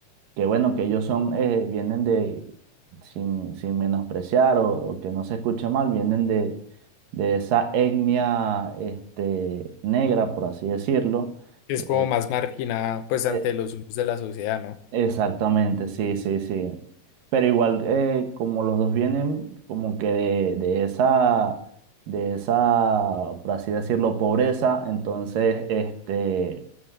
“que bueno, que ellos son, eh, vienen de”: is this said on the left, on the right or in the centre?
Right